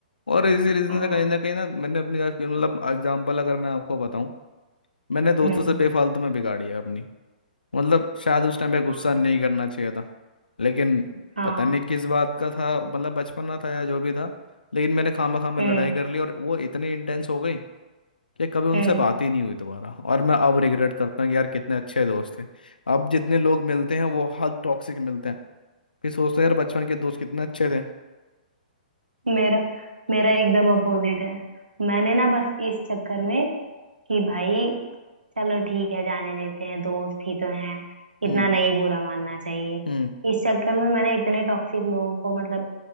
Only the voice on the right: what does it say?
हाँ,
हम्म
हाँ
हाँ,
हम्म
हम्म
मेरा मेरा एकदम अपोजिट है मैंने ना बस इस चक्कर में कि भाई चलो ठीक है जाने देते हैं दोस्त ही तो हैं
इतना नहीं बुरा मानना चाहिए
इस चक्कर में मैंने इतने टॉक्सिक लोगों को मतलब